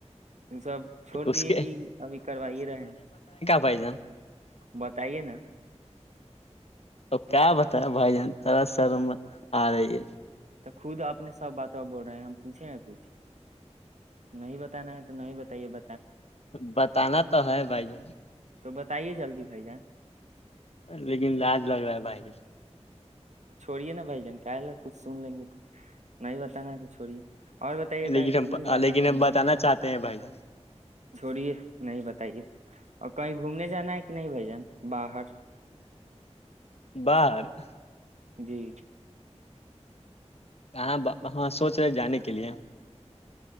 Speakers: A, on the right (about 80°); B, on the left (about 60°).
A: سب چھوڑ
B: اس
A: دیے
B: کے
A: کہ ابھی کروائیے رہے ہیں
B: بائی جان
A: بتائیے نا
B: تو کیا بتایا بھائی جان ترا سر میں آ رہی ہے
A: تو خود اپنے سب باتوں بول رہے ہیں ہم پوچھے نا کچھ نہیں بتانا ہے تو نہیں بتائیے ب
B: بتانا تو ہے بھائی جان
A: تو بتائیے جلدی بھائی جان
B: لیکن رج لگ رہا ہے بھائی جن
A: چھوڑیے نا بھائی جان کال کچھ سن لیں گے تو نہیں بتانا ہے کہ چھوڑیے اور بتائیے
B: جان لیکن
A: کہیں
B: ہم
A: گھومنے جانا
B: لیکن
A: ہے کہ
B: ہم
A: نہیں
B: بتانا چاہتے ہیں بھائی جان
A: چھوڑیے نہیں بتائیے اور کہیں گھومنے جانا کہ نہیں بائی جان باہر
B: بار <unintelligible>
A: جی
B: کہاں ہاں سوچ رہے جانے کے لیے